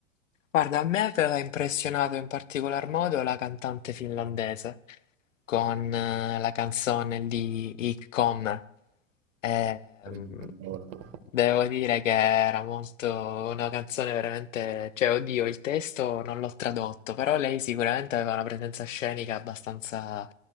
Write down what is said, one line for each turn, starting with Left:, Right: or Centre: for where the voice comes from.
Left: Guarda, a me aveva impressionato in particolar modo la cantante finlandese. con eh, la canzone di Hitcom. Ehm,
Right: Eh, non mi ricordo.
Left: devo dire che era molto una canzone veramente, cioè, oddio, il testo non l'ho tradotto, però lei sicuramente aveva una presenza scenica abbastanza